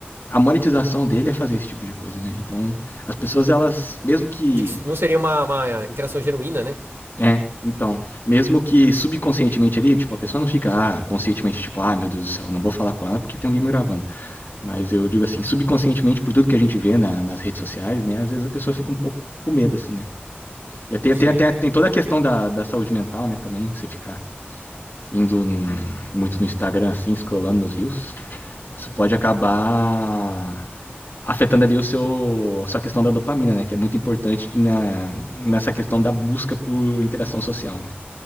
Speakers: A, on the left; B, on the right.
A: a monetização dele é fazer esse tipo de coisa, né? Então, as pessoas, elas, mesmo que,
B: De que se- não seria uma, uma interação genuína, né?
A: né? Então, mesmo que subconscientemente ali, tipo, a pessoa não fica, ah, conscientemente, tipo, ah, meu Deus do céu, eu não vou falar com ela porque tem alguém me gravando. Mas eu digo assim, subconscientemente, por tudo que a gente vê na- nas redes sociais, né? Às vezes a pessoa fica um pouco com medo, assim, né? E até,
B: Sim.
A: tem, até, tem toda a questão da, da saúde mental, né? Também, você ficar indo muito no Instagram, assim, scrollando nos rios. Isso pode acabar afetando ali o seu a sua questão da dopamina, né? Que é muito importante na, nessa questão da busca por interação social, né?